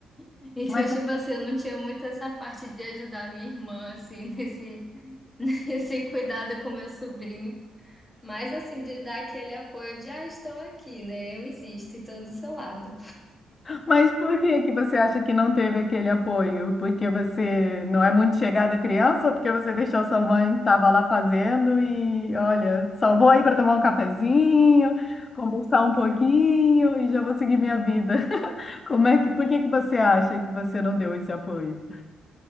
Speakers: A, in the centre; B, on the left.
A: <laughs> Então,
B: Mas,
A: tipo assim, eu não tinha muito essa parte de ajudar minha irmã, assim, nesse, <laughs> nesse cuidado com meu sobrinho. Mas, assim, de dar aquele apoio de, ah, estou aqui, né? Eu existo e estou do seu lado.
B: mas por que que você acha que não teve aquele apoio? Porque você não é muito chegada à criança, ou porque você deixou sua mãe que estava lá fazendo e, olha, só vou aí para tomar um cafezinho, conversar um pouquinho e já vou seguir minha vida. Como é que, por que que você acha que você não deu esse apoio?